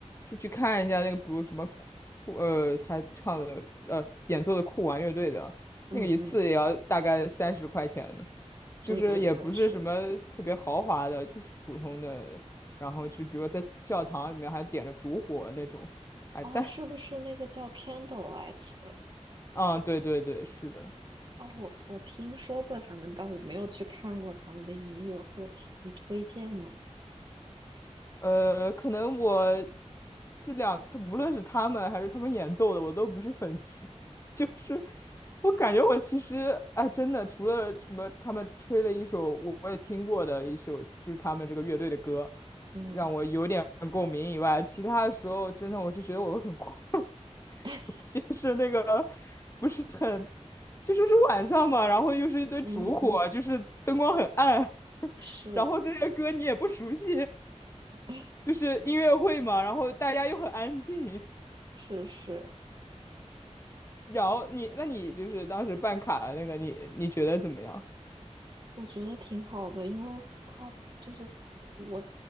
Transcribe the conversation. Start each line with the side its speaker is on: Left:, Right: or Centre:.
Left: 就去看一下那个，比如什么酷呃，他唱的呃演奏的酷玩乐队的那个一次也要大概三十块钱的，
Right: 嗯嗯，
Left: 就是也不是什么特别豪华的，
Right: 对对对，是。
Left: 就是普通的，然后就比如在教堂里面还点着烛火那种，哎，
Right: 哦，
Left: 但
Right: 是不是那个叫 Candlelight 的？
Left: 啊，对对对，是的。
Right: 哦，我我听说过他们，但我没有去看过他们的音乐会，你推荐吗？
Left: 呃，可能我这两，他无论是他们还是他们演奏的，我都不是粉丝。<laughs> 就是我感觉我其实，哎，真的，除了什么他们吹了一首我我也听过的一首，就是他们这个乐队的歌，
Right: 嗯
Left: 让我有点共鸣以外，其他的时候真的我就觉得我很困，<laughs>
Right: <laughs>
Left: 尤其是那个不是很，就说是晚上嘛，然后又是一堆烛火，
Right: 嗯嗯，
Left: 就是灯光很暗，<laughs>
Right: 是
Left: 然后这些歌你也不熟悉。
Right: <laughs>
Left: 就是音乐会嘛，然后大家又很安静。
Right: 是是。
Left: 然后你，那你就是当时办卡的那个，你你觉得怎么样？
Right: 我觉得挺好的，因为他就是我，